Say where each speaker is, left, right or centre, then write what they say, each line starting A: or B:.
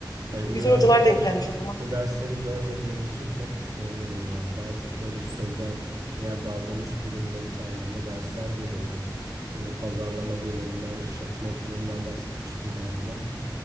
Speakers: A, on the right (about 45°); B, on the left (about 50°).
A: Hani üniversitede
B: Güzel hocalar denk gelmiş o zaman.
A: bu dersleri görmediğim için çok memnunum yani. Daha çok böyle sözel veya davranış bilimleri tarzında dersler görüyordum. Ee, pazarlama görüyordum. Ben işletme okuduğumdan bahsetmiştim galiba.